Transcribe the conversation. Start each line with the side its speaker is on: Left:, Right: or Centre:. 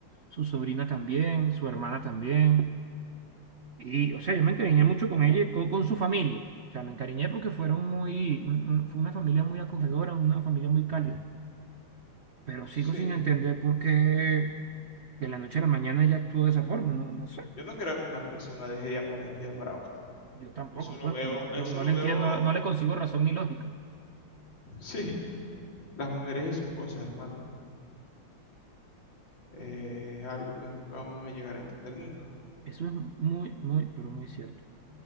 Right: su sobrina también, su hermana también, y o sea, yo me encariñé mucho con ella, y con, con su familia, o sea, me encariñé porque fueron muy, un- un- fue una familia muy acogedora, una familia muy cálida, pero sigo
Left: Sí,
Right: sin entender por qué de la noche a la mañana ella actuó de esa forma, no, no sé,
Left: yo no creo que una persona deje de amar de un día para otro.
Right: yo tampoco,
Left: Eso lo
Right: pues,
Left: veo,
Right: pero no,
Left: eso
Right: no, no
Left: lo
Right: le
Left: veo,
Right: entiendo, no le consigo razón ni lógica.
Left: <laughs> sí, las mujeres y sus cosas, hermano. Eh, es algo que nunca vamos a llegar a entender nunca.
Right: Eso es muy, muy, pero muy cierto.